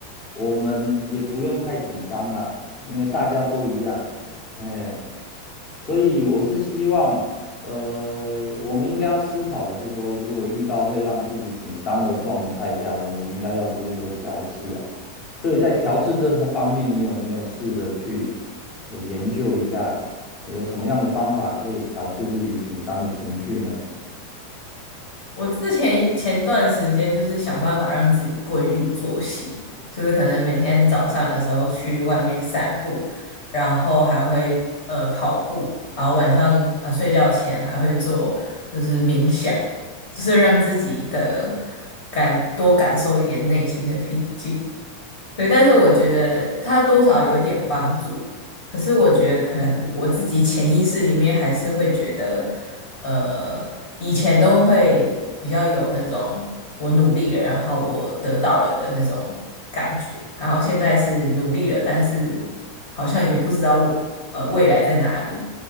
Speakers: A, on the left (about 35°); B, on the left (about 50°).
A: 我们也不用太紧张啦，因为大家都一样，哎，所以我是希望，呃，我们应该要思考的是说，如果遇到会让自己紧张的状态下，我们应该要如何调试啊？所以在调试这方面，你有没有试着去呃研究一下？有什么样的方法可以调试自己紧张的情绪呢？
B: 我之前前段时间就是想办法让自己规律作息，就是可能每天早上的时候去外面散步，然后还会呃跑步，然后晚上啊、呃睡觉前还会做就是冥想，就是让自己的感多感受一点内心的平静。对，但是我觉得它多少有一点帮助，可是我觉得可能我自己潜意识里面还是会觉得，呃，以前都会比较有那种我努力了，然后我得到了的那种感觉，然后现在是努力了，但是好像也不知道我呃未来在哪里，